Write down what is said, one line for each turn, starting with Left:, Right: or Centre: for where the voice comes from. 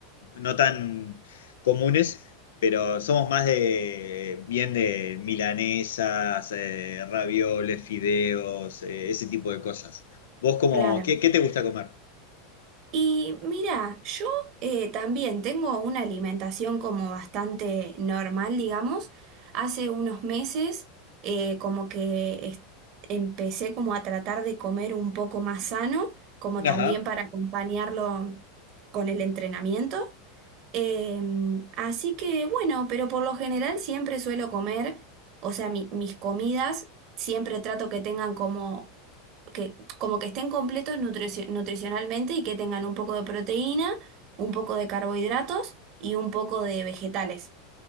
Left: no tan comunes, pero somos más de bien de milanesas, eh, ravioles, fideos, eh, ese tipo de cosas. ¿Vos cómo,
Right: Claro.
Left: qué, qué te gusta comer?
Right: Y mira, yo eh, también tengo una alimentación como bastante normal, digamos. Hace unos meses eh, como que es- empecé como a tratar de comer un poco más sano, como también
Left: Ajá.
Right: para acompañarlo con el entrenamiento. Em, así que bueno, pero por lo general siempre suelo comer, o sea, mi- mis comidas siempre trato que tengan como que, como que estén completos nutricio- nutricionalmente y que tengan un poco de proteína, un poco de carbohidratos y un poco de vegetales.